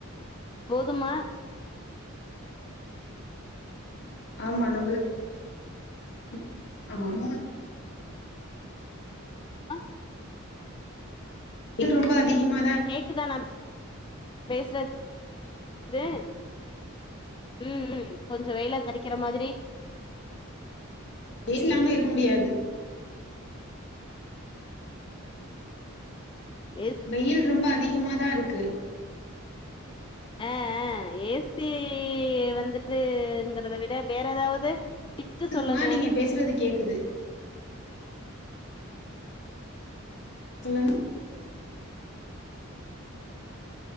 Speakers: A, on the left (about 25°); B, on the left (about 60°).
A: போதுமா
B: ஆமா நம்மளுக் கு ஆமா நம்ம
A: ஆ
B: வெயில் ரொம்ப அதிகமா
A: கேக்குதா நா பேசுறது உம் உம் கொஞ்சோ வெயில தனக்கிற மாரி
B: ஏசி இல்லாம இருக்க முடியாது
A: அ
B: வெயில் ரொம்ப அதிகமாதா இருக்கு க்கு
A: அ அ ஏசி வந்துட்டுங்கிறத விட் வேற எதாவது டிப்ஸ்ஸு
B: கேக்குதுமா
A: சொல்லுங்க
B: நீங்க பேசுறது கேக்குது சொல்லுங்